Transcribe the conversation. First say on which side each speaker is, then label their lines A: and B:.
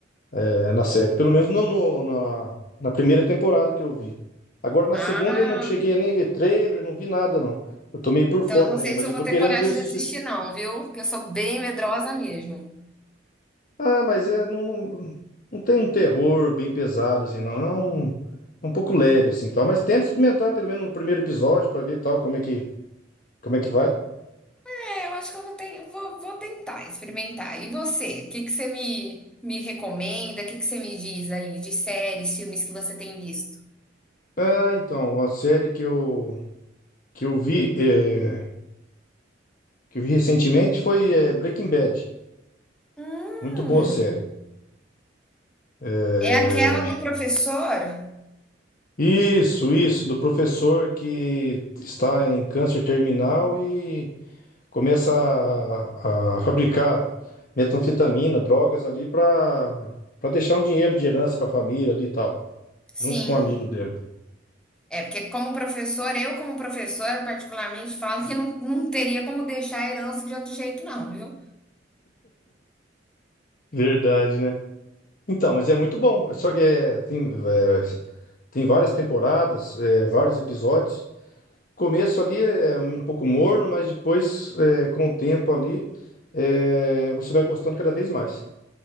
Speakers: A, on the left; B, in the centre.
A: é, na série. Pelo menos no, no- na, na primeira temporada que eu vi. Agora na
B: Ah,
A: segunda eu não cheguei a nem ver trailer, não vi nada, não. Eu tô meio por
B: então
A: fora
B: eu não
A: dele,
B: sei
A: mas
B: se eu
A: eu
B: vou
A: tô
B: ter
A: querendo
B: coragem
A: ver assistir.
B: de assistir, não, viu? Porque eu sou bem medrosa mesmo.
A: Ah, mas é, não, não tem um terror bem pesado, assim, não. É um, é um pouco leve, assim, tal. Mas tenta experimentar pelo menos no primeiro episódio pra ver tal, como é que, como é que vai.
B: É, eu acho que eu vou, ten- vou- vou tentar experimentar. E você? O que que você me, me recomenda? O que que você me diz aí de séries, filmes que você tem visto?
A: Ah, então, uma série que eu, que eu vi, é, que eu vi recentemente foi é, Breaking Bad.
B: Hum,
A: Muito boa série. É,
B: é aquela do professor?
A: Isso, isso, do professor que está em câncer terminal e começa a, a fabricar metanfetamina, drogas ali para para deixar um dinheiro de herança para a família ali e tal,
B: Sim.
A: junto com um amigo dele.
B: É, porque como professor, eu como professora particularmente falo que não, não teria como deixar a herança de outro jeito não, viu.
A: Verdade, né? Então, mas é muito bom. Só que é, tem, é, tem várias temporadas, é, vários episódios. Começo ali é um pouco morno, mas depois, é, com o tempo ali, é, você vai gostando cada vez mais.